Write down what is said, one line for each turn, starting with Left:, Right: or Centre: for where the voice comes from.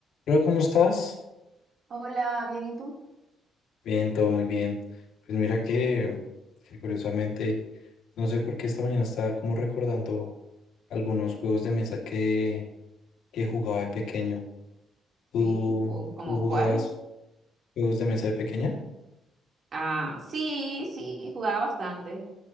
Left: Hola, ¿cómo estás?
Right: Hola, bien, ¿y tú?
Left: Bien, todo muy bien. Pues mira que, que curiosamente, no sé por qué esta mañana estaba como recordando algunos juegos de mesa que, que jugaba de pequeño. ¿Tú,
Right: Sí, co- como
Left: tú jugabas
Right: cuáles.
Left: juegos de mesa de pequeña?
Right: Ah, sí, sí, jugaba bastante.